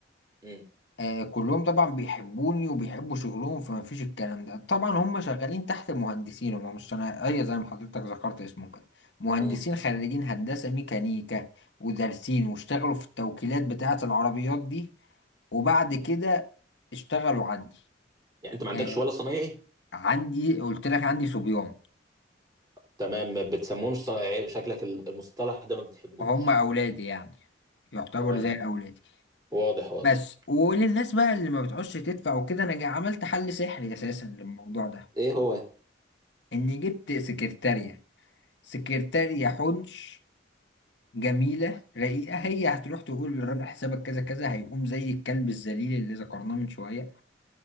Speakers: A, on the right (about 20°); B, on the left (about 65°).
A: امم
B: آه، كلهم طبعا بيحبوني وبيحبوا شغلهم فما فيش الكلام ده طبعا هم شغالين تحت مهندسين هم مش صنايعية زي ما حضرتك ذكرت اسمه كده مهندسين
A: امم
B: خريجين هندسة ميكانيكا ودارسين واشتغلوا في التوكيلات بتاعة العربيات دي وبعد كده اشتغلوا عندي
A: يعني انت ما عندكش
B: آه،
A: ولا صنايعي
B: عندي قلت لك عندي صبيان
A: تمام ما بتسموهمش صنايعي شكلك المصطلح ده ما بتحبوش
B: هم أولادي يعني يعتبروا
A: تمام
B: زي أولادي
A: واضح واضح
B: بس وللناس بقى اللي ما بتعوزش تدفع وكده أنا جا- عملت حل سحري أساسا للموضوع ده
A: ايه هو
B: إني جبت سكرتارية سكرتارية حنش جميلة رقيقة هي هتروح تقول للراجل حسابك كذا كذا هيقوم زي الكلب الذليل اللي ذكرناه من شوية